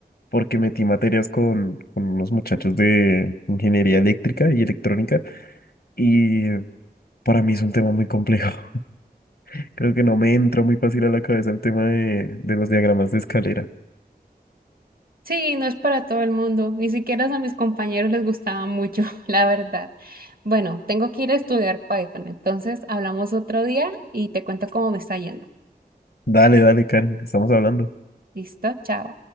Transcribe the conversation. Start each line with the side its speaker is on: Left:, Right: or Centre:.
Left: porque metí materias con, con unos muchachos de ingeniería eléctrica y electrónica, y para mí es un tema muy complejo. <laughs> Creo que no me entra muy fácil a la cabeza el tema de, de los diagramas de escalera.
Right: Sí, no es para todo el mundo, ni siquiera a mis compañeros les gustaba mucho, <laughs> la verdad. Bueno, tengo que ir a estudiar Python, entonces hablamos otro día y te cuento cómo me está yendo.
Left: Dale, dale, Karen, estamos hablando.
Right: ¿Listo? Chao.